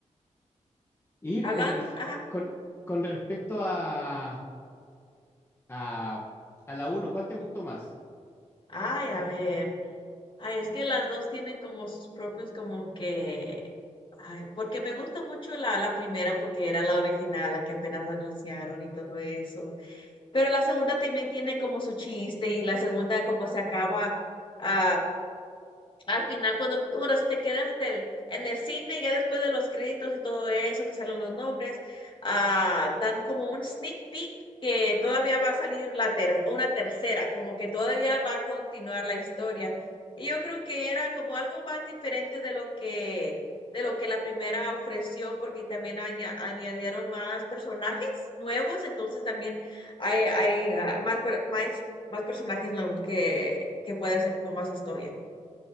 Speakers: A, on the left; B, on the left.
A: Y
B: Hablan,
A: el-
B: ajá,
A: con, con respecto a, a, a la uno, ¿cuál te gustó más?
B: ay, a ver. Ay, es que las dos tienen como sus propios, como que, ay, porque me gusta mucho la, la primera porque era la original, la que apenas anunciaron y todo eso, pero la segunda también tiene como su chiste y la segunda como se acaba, ah, al final, cuando, bueno, si te quedas en el, en el cine, ya después de los créditos y todo eso, que salen los nombres, ah, dan como un sneak peek que todavía va a salir la ter una tercera, como que todavía va a continuar la historia. Y yo creo que era como algo más diferente de lo que, de lo que la primera ofreció, porque también aña- añadieron más personajes nuevos, entonces también hay, hay ah, más, per- más, más personajes nuevos que, que puede hacer como más historia.